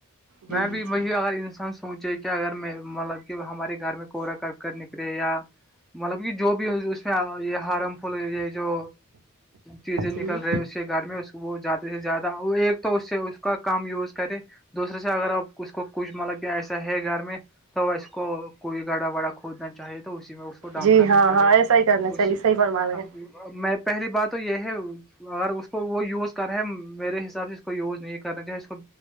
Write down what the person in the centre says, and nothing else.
میں بھی وہی
اگر انسان سوچے کہ اگر مطلب کہ ہمارے گھر میں کورا کر نکرے یا مطلب کہ جو بھی اس میں یہ ہارم فل یہ جو چیزیں نکل
رہی سے گھر میں وہ زیادہ سے زیادہ وہ ایک تو اس سے اس کا کم یوز کرے دوسرے سے اگر اب اس کو کچھ مطلب کہ ایسا ہے گھر میں تو اسس کو کوئی گاڑا واڑا کھودنا چاہیے تو اسی میں اس کو ڈانپ
کرنا
چاہیے
اس
ہم میں پہلی بات تو یہ ہے اگر اس کو وہ یوز کر رہا ہے میرے حساب سے اس کو یوز نہیں کرنا چاہیے اس کو